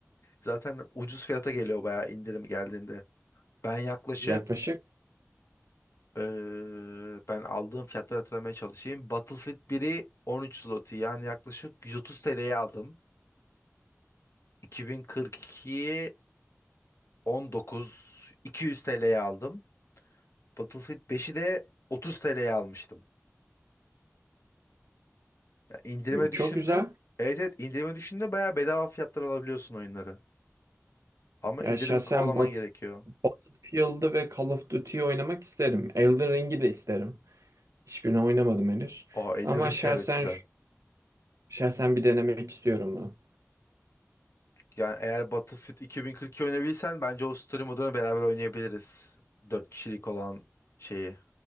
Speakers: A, on the left; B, on the right.
A: Zaten ucuz fiyata geliyor bayağı indirim geldiğinde. Ben yaklaşık
B: Yaklaşık
A: eee, ben aldığım fiyatları hatırlamaya çalışayım. Battlefield 1'i 13 zloty yani yaklaşık 130 TL'ye aldım. 2042'yi 19 200 TL'ye aldım. Battlefield beşi de 30 TL'ye almıştım. İndirime düşünde.
B: çok güzel.
A: Evet evet indirime düşünde bayağı bedava fiyatlar alabiliyorsun oyunları. Ama
B: Ya
A: indirimi
B: şahsen
A: kovalaman
B: Bat
A: gerekiyor.
B: Battlefield'ı ve Call of Duty'yi oynamak isterim. Elden Ring'i de isterim. Hiçbirini oynamadım henüz.
A: Aa Elden
B: Ama
A: Ring
B: şahsen
A: de evet güzel.
B: şahsen bir denemek istiyorum bunu.
A: Yani eğer Battlefield 2042 oynayabilsen bence o story modunu beraber oynayabiliriz. dört kişilik olan şeyi.